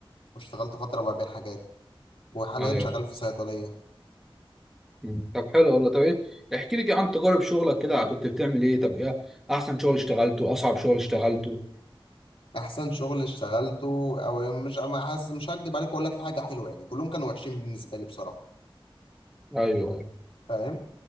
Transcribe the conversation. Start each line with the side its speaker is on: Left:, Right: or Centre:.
Left: واشتغلت فتره ببيع حاجات وحاليا
Centre: أيوه
Left: شغال في صيدليه
Centre: مم. طب حلو والله طب إيه احكي لي كده عن تجارب شغلك كده كنت بتعمل إيه طب إيه أحسن شغل اشتغلته أصعب شغل اشتغلته
Left: احسن شغل اشتغلته او مش ما حاسس مش هكدب عليك اقول لك في حاجه حلوه يعني كلهم كانوا وحشين بالنسبه لي بصراحه
Centre: أيوه أيوه
Left: فاهم